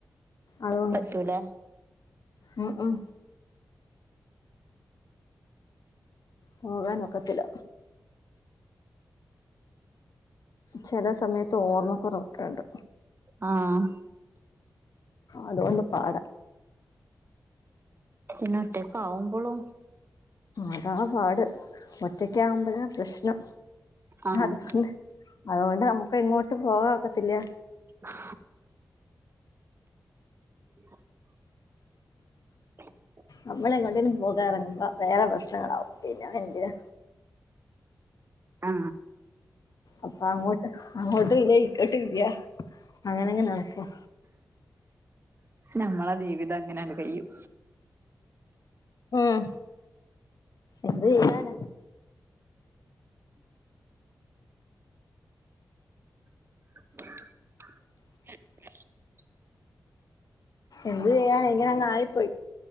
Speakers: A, on the left; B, on the right.
A: അതുകൊണ്ട്
B: പറ്റൂല
A: ഉം ഉം പോകാൻ നൊ ക്കത്തില്ല ചെല സമയത്ത് ഓർമ്മ കുറവ് ഒ ക്കെ ഉണ്ട്
B: ആഹ്
A: അതുകൊണ്ട് പാടാ
B: പിന്നെ ഒറ്റക്ക് ആവുമ്പൊളൊ
A: അതാ പാട് ഒറ്റക്ക് ആകുമ്പഴാ പ്രശ്നം
B: ആഹ്
A: അതുകൊണ്ട് അതുകൊണ്ട് നമുക്ക് എങ്ങോട്ടും പോകാൻ ഒക്കത്തില്ല
B: ആആ ശബ്ദം ക്ലിയർ അല്ല ശബ്ദം ക്ലിയർ അല്ല
A: നമ്മള് എങ്ങോട്ടെങ്കിലും പോകാൻ ഇറങ്ങുമ്പം വേറെ പ്രശ്നങ്ങളാവും പിന്നെ എന്തിനാ
B: ആ
A: അപ്പാ അങ്ങോട്ട് അങ്ങോട്ടും ഇല്ല ഇങ്ങോട്ടും ഇല്ല അങ്ങനങ്ങ് നടക്ക
B: നമ്മളെ ജീവിതം അങ്ങനെയങ്ങ് കഴിയും
A: ഉം എന്ത് ചെയ്യാ ന
B: ശബ്ദം ക്ലിയർ അല്ല
A: എന്ത് ചെയ്യാന ഇങ്ങനെ അങ്ങ് ആയിപ്പോയി